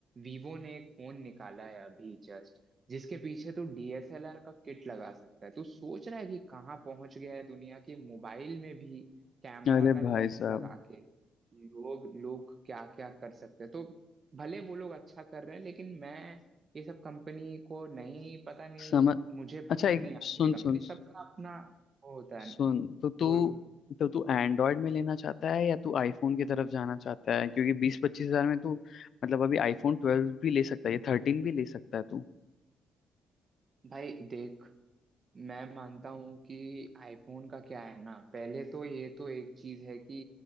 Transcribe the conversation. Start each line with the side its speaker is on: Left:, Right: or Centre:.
Right: वीवो ने एक फोन निकाला है अभी जस्ट जिसके पीछे तू डीएसएलआर का किट लगा सकता है तू सोच रहा है कि कहाँ पहुंच गया है दुनिया की मोबाइल में भी कैमरा
Left: हम्म। अरे
Right: का
Left: भाई
Right: लेंस
Left: साहब
Right: लगा के लोग लोग क्या क्या कर सकते हैं तो भले वो लोग अच्छा कर रहे हैं लेकिन मैं ये सब कंपनी को नहीं पता नहीं
Left: समझ
Right: मुझे
Left: अच्छा
Right: पसंद
Left: एक
Right: नहीं आती
Left: सुन
Right: ये कंपनी
Left: सुन
Right: सबका अपना वो होता
Left: सुन
Right: है ना
Left: तो तू
Right: बोल बोल
Left: तो तू एंड्रॉयड में लेना चाहता है या तू आईफोन की तरफ जाना चाहता है क्योंकि बीस पच्चीस हजार में तू मतलब अभी आईफोन ट्वेल्व भी ले सकता है या थर्टीन भी ले सकता है तू
Right: भाई देख मैं मानता हूँ कि आईफोन का क्या है ना पहले तो ये तो एक चीज है कि